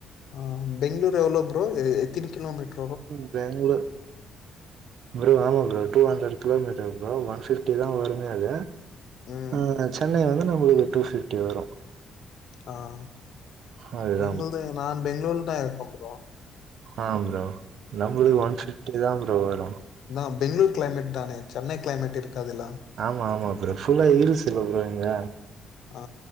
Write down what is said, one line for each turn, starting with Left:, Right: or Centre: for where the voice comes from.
Left: ஆஹ் பெங்ளூர் எவ்ளோ ப்ரோ எத்தினி கிலோமீட்டர்
Right: பேங்ளூர் ப்ரோ ஆமா bro two hundred kilometre bro one ஃபிப்டிதா தா வருமே அது
Left: ம்
Right: உம் சென்னை வந்து நம் ஒரு டூ பிஃப்ட்டி வரு
Left: ஆஹ்
Right: அதுதா
Left: எங்களுது நான் பெங்ளூர்ல தா இருக்கோம் ப்ரோ
Right: ஆஹ் ப்ரோ நம்மளுக்கு ஒன் ஃபிப்டி தா ப்ரோ வரு
Left: நான் பெங்களூர் கிளைமேட் தானே சென்னை இருக்காதுல்ல
Right: ஆமா ஆமா ஃப்ரோ ஃபுல்லா ஹில்ஸ் ல ப்ரோ இங்க
Left: ஆ,